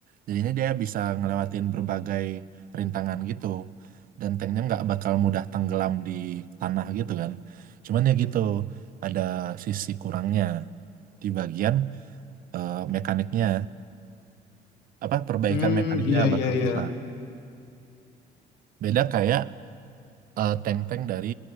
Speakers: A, on the right; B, on the left.
A: jadinya dia bisa ngelewatin berbagai rintangan gitu dan tanknya nggak bakal mudah tenggelam di tanah gitu kan cuman ya gitu ada sisi kurangnya di bagian eh, mekaniknya apa perbaikan
B: Hmm,
A: mekaniknya
B: iya
A: bakal
B: iya iya.
A: susah beda kayak eh, tank-tank dari